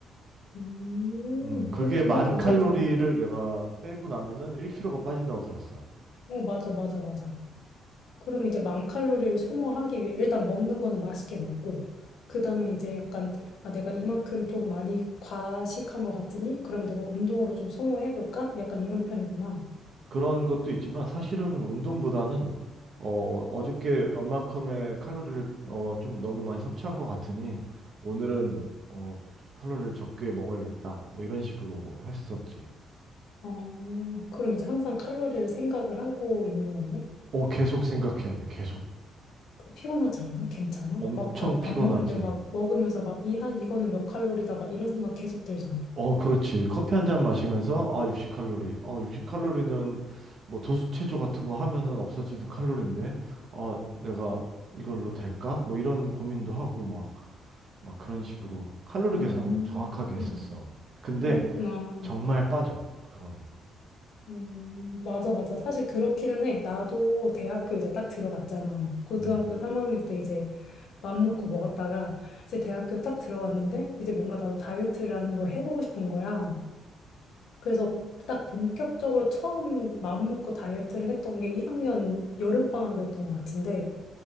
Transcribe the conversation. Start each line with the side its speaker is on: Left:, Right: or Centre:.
Left: 음,
Right: 음, 그게
Left: 뭐 그거
Right: 만
Left: 괜찮다.
Right: 칼로리를
Left: 어,
Right: 내가 빼고 나면은 1kg가 빠진다고 들었어.
Left: 맞아, 맞아, 맞아. 그러면 이제 만 칼로리를 소모하기 위해 일단 먹는 거는 맛있게 먹고 그다음에 이제 약간 아 내가 이만큼 좀 많이 과식한 것 같으니 그럼 내가 운동으로 좀 소모해 볼까? 약간 이런 편이구나.
Right: 그런 것도 있지만 사실은 운동보다는 어, 어저께 얼마큼의 칼로리를 어, 좀 너무 많이 섭취한 것 같으니 오늘은 어, 칼로리를 적게 먹어야겠다. 뭐 이런 식으로 했었지.
Left: 어, 그럼 이제 항상 칼로리를 생각을 하고 있는 거네.
Right: 어, 계속 생각해야 돼. 계속.
Left: 그럼 피곤하지 않아? 괜찮아?
Right: 엄청
Left: 막 밥,
Right: 피곤하지.
Left: 밥 먹는데 막 먹으면서 막 이, 하- 이거는 몇 칼로리다 막 이런 생각 계속 들잖아.
Right: 어, 그렇지. 커피 한 잔 마시면서, 아, 60칼로리. 어, 60칼로리는 뭐 도수체조 같은 거 하면은 없어지는 칼로리인데, 아, 내가 이걸로 될까? 뭐 이런 고민도 하고 막, 막 그런 식으로 칼로리 계산을
Left: 음,
Right: 정확하게 했었어. 근데
Left: 그렇구나.
Right: 정말 빠져. 그거는.
Left: 음, 맞아, 맞아. 사실 그렇기는 해. 나도 대학교 이제 딱 들어갔잖아. 고등학교
Right: 음.
Left: 3학년 때 이제 맘 놓고 먹었다가 이제 대학교 딱 들어갔는데 이제 뭔가 나도 다이어트라는 걸 해보고 싶은 거야. 그래서 딱 본격적으로 처음 맘 먹고 다이어트를 했던 게 1학년 여름방학이었던 것 같은데